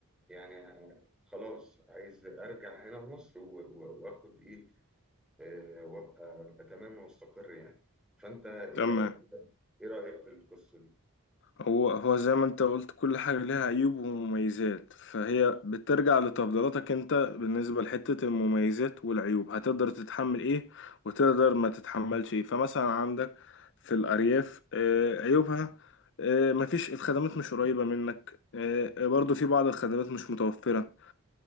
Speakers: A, in the centre; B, on the left.
A: يعني خلاص عايز ارجع هنا لمصر و- و- واخد ايه آه، وابقى ابقى تمام واستقر يعني فانت ايه
B: تمام
A: رايك ايه رايك في القصه دي
B: هو هو زي ما انت قلت كل حاجة ليها عيوب ومميزات فهي بترجع لتفضيلاتك انت بالنسبة لحتة المميزات والعيوب هتقدر تتحمل ايه وتقدر ما تتحملش ايه فمثلا عندك في الأرياف آه، عيوبها آه، مفيش الخدمات مش قريبة منك آه، برضو في بعض الخدمات مش متوفرة